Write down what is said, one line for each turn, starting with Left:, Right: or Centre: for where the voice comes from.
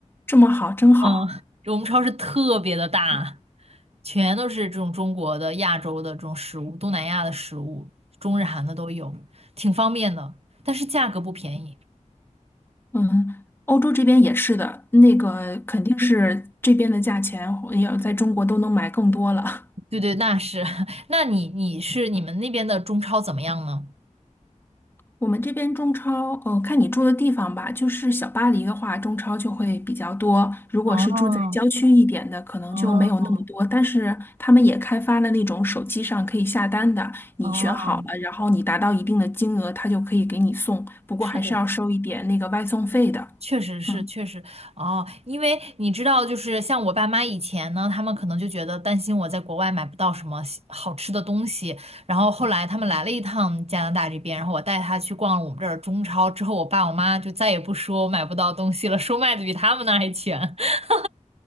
Left: 这么好，真好。
Right: 嗯，我们超市特别的大，全都是这种中国的、亚洲的这种食物，东南亚的食物，中日韩的都有，挺方便的，但是价格不便宜。
Left: 嗯，欧洲这边也是的，那个肯定是这边的价钱要在中国都能买更多了。<laughs>
Right: 对对，那是。<laughs> 那你你是你们那边的中超怎么样呢？
Left: 我们这边中超，呃，看你住的地方吧。就是小巴黎的话，中超就会比较多；如果是住在郊区一点的，
Right: 哦
Left: 可能就没有那么多。
Right: 哦
Left: 但是他们也开发了那种手机上可以下单的，你选好了，
Right: 哦，
Left: 然后你达到一定的金额，他就可以给你送。不过还是要收一点那个外送费的。
Right: 是的，确实是，
Left: 嗯，
Right: 确实哦，因为你知道，就是像我爸妈以前呢，他们可能就觉得担心我在国外买不到什么西好吃的东西，然后后来他们来了一趟加拿大这边，然后我带他去逛了我们这儿中超之后，我爸我妈就再也不说我买不到东西了，说卖的比他们那儿还全。<laughs>